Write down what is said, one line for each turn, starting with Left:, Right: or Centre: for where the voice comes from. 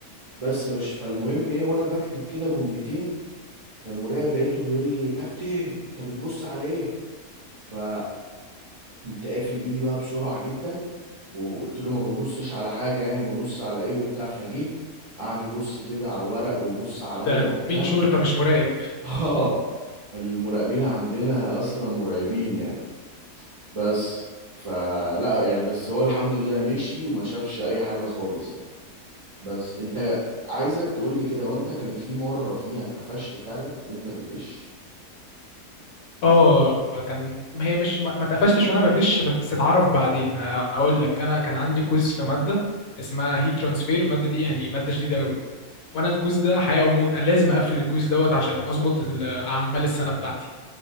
Right: بس يا باشا فالمهم ايه وانا بكتب كده جملتين فالمراقب لقيته بيقول لي كابتن انت بتبص على ايه فقمت قافل ايدي بقى بسرعه جدا وقلت له ما ببصش على حاجه يعني ببص على ايه وبتاع فجه قعد يبص كده على الورق ويبص عليا
Left: ده
Right: وبتاع
Left: مين شرطة مش مراقب
Right: <laughs> اه المراقبين عندنا اصلا مرعبين يعني بس فلا يعني بس هو الحمد لله مشي وما شافش اي حاجه خالص يعني بس انت عايزك تقول لي كده وانت كان في مرة فيها اتقفشت فعلا وانت بتغش
Left: اه كان هي مش ما ما اتقفشتش وانا بغش بس اتعرف بعدين هقول لك انا كان عندي كويز في ماده اسمها هيت ترانسفير الماده دي يعني ماده شديده قوي وانا الكويز ده حياه وموت انا لازم اقفل الكويز دوت عشان اظبط ال- اعمال السنه بتاعتي